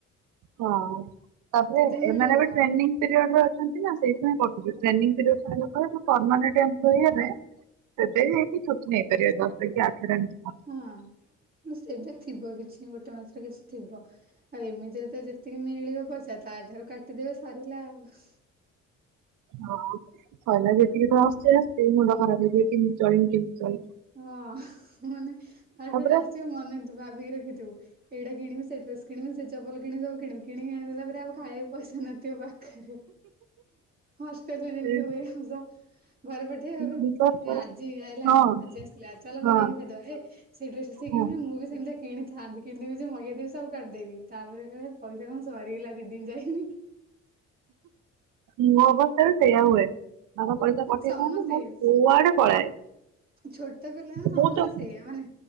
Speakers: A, on the right; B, on the right.
A: ହଁ ତାପରେ
B: ତ ମିଳିବ
A: ଏମାନେ ବି ଟ୍ରେନିଂ ପିରିଅଡ ରେ ଅଛନ୍ତି ନା ସେଇଥି ପାଇଁ କଟୁଛି ଟ୍ରେନିଂ ପିରିଅଡ ସରିଲା ପରେ ପର୍ମାନେଣ୍ଟ ଏପ୍ଲୋଇ ହେବେ ସେବେ ହେଇକିଛୁଟି ନେଇପାରିବା ଦଶଟା କି ଆଠଟା
B: ହଁ ସେବେ ଥିବ କିଛି ଗୋଟେ ମାସରେ କିଛି ଥିବ ଆଉ ଏମିତିରେ ତ ଯେତିକି ମିଳିବ ପଇସା ତା ଠାରୁ କାଟିଦେବେ ସରିଲା ଆଉ।
A: ହଁ କହୀଲା ଯେତିକି ତ ଆସେ ରା ମୁଣ୍ଡ ଖରାପ ହେଇଯିବ କେମିତି ଚଳିବି କେମିତି ଚଳିବି।
B: ହଁ ମାନେ ଭ
A: ତାପରେ
B: ରାସି ମନେ। ଭାବିକି ରଖିଥିବ ଏଇଟା କିଣିବି ସେ ଡ୍ରେସ କିଣିବି ସେ ଚପଲ କିଣିବି ସବୁ କିଣିବି କିଣିକି ଆଣି ଦେଲା ପ ଖାଇିଆ କୁ ପଇସା ନଥିବ ପାଖରେ ହଷ୍ଟେଲରେ ଯେମତି
A: ଏ
B: ହୁଏ ଶୌଚ। ଘରେ ପଠେଇ ଭବ
A: ବିଶ୍ୱାସ କର
B: ହେ ଆଜି ଆଇଲା
A: ହଁ
B: ଆଜି ଆସିଥିଲା ଚାଲ
A: ହଁ
B: ବିରିୟାନୀ ଖାଇଦବା ଏଇ ଡ୍ରେସି
A: ହଁ
B: ମୁଁ ବି ସେମିତି କିଣିବି। କିଣିଥାନ୍ତି କିଣିଦେବି ଯେ ମଗେଇଦେବି ସବୁ କରିଦେବି ତାପରେ ପଇସା କଣ ସରିଗଲା ଦି ଦିନ ଯାଇନି।
A: ମୋ ଅବସ୍ଥା ବି ସେଇୟା ହୁଏ। ବାବା ପଇସା
B: ଆରେ
A: ପଠେଇ
B: ସମସ୍ତେ
A: ଥାନ୍ତି ମୋର କୁଆଡେ ପଳାଏ।
B: ଛୋଟ ପିଲାମାନେ ସମସ୍ତେ
A: ମୁଁ ତ
B: ସେଇଆ ମାନେ